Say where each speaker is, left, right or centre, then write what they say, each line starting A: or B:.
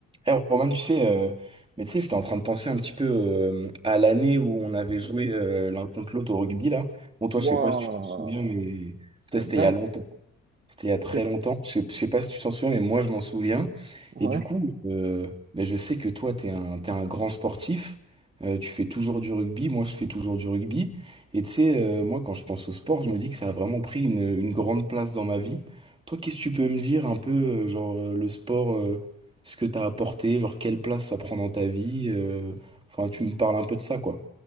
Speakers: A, on the right; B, on the right.
A: Eh, Roman, tu sais, euh, mais tu sais, j'étais en train de penser un petit peu euh, à l'année où on avait joué euh, l'un contre l'autre au rugby, là. Bon, toi,
B: Waouh,
A: je sais pas si tu te souviens, mais
B: ça
A: peut-être
B: date.
A: c'était il y a longtemps. C'était il y a très
B: C'est-
A: longtemps. Je sais, je sais pas si tu t'en souviens, mais moi, je m'en souviens.
B: Ouais.
A: Et du coup, euh, ben, je sais que toi, t'es un, t'es un grand sportif. Euh, tu fais toujours du rugby. Moi, je fais toujours du rugby. Et tu sais, euh, moi, quand je pense au sport, je me dis que ça a vraiment pris une, une grande place dans ma vie. Toi, qu'est-ce que tu peux me dire un peu, euh, genre, euh, le sport, euh, ce que t'as apporté, genre, quelle place ça prend dans ta vie? euh, Enfin, tu me parles un peu de ça, quoi.